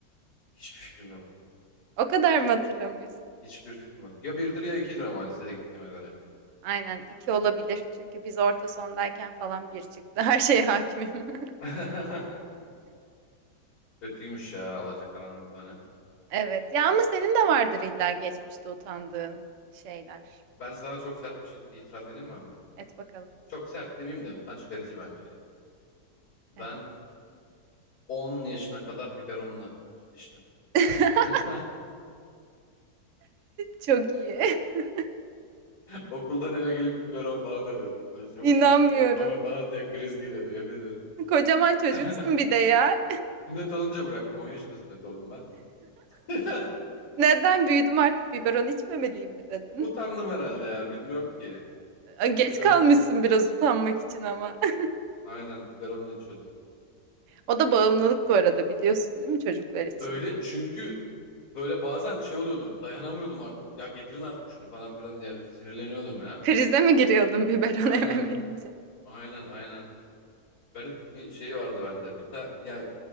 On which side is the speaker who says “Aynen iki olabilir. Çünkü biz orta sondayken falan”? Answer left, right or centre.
Right